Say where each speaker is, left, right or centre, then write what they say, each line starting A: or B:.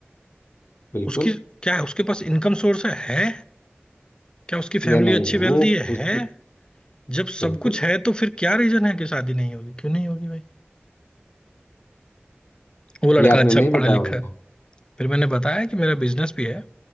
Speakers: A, on the left; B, on the left.
A: बिल्कुल
B: उसकी क्या है उसके पास इनकम सोर्स है है? क्या उसकी फैमिली
A: या नहीं
B: अच्छी
A: है वो
B: वेल्दी है
A: उसकी
B: है? जब सब
A: बिल्कुल
B: कुछ है तो फिर क्या रीजन है कि शादी नहीं होगी क्यों नहीं होगी भाई वो लड़का
A: ये आपने
B: अच्छा
A: नहीं बताया
B: पढ़ा लिखा
A: उनको
B: है फिर मैंने बताया कि मेरा बिजनेस भी है